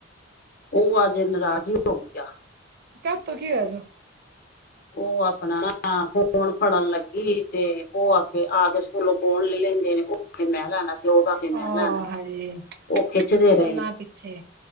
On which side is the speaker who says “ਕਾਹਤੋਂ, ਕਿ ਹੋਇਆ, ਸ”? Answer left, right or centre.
Right